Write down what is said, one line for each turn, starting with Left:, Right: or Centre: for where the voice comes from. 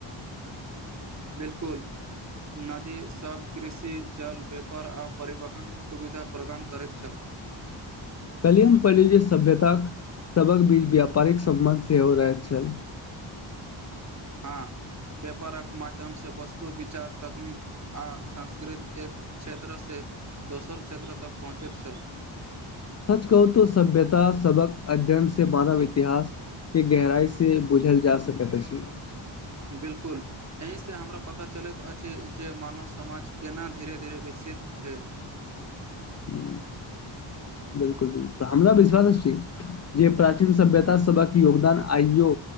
Right: बिल्कुल नदीसभ कृषि जल व्यापार आ परिवहन सुविधा प्रदान करैत छल
Left: कहलिये हम पहिले जे सभ्यतााक सबक बीच व्यापारिक सम्बन्ध सेहो रहैत छल
Right: हँ व्यापारक माध्यमसँ वस्तु विचार तकनीक आ संस्कृत एक क्षेत्रसँ दोसर क्षेत्र तक पहुँचैत छल
Left: सच कहू तो सभ्यता सबक अध्ययन से मानव इतिहास के गहराइसँ बूझल जा सकैत अछि
Right: बिलकुल एहिसँ हमरा पता चलैत अछि जे मानव समाज केना धीरे धीरे विकसित भेल
Left: ह बिलकुल बिलकुल हमरा विश्वास छी जे प्राचीन सभ्यता सभा क योगदान आइयो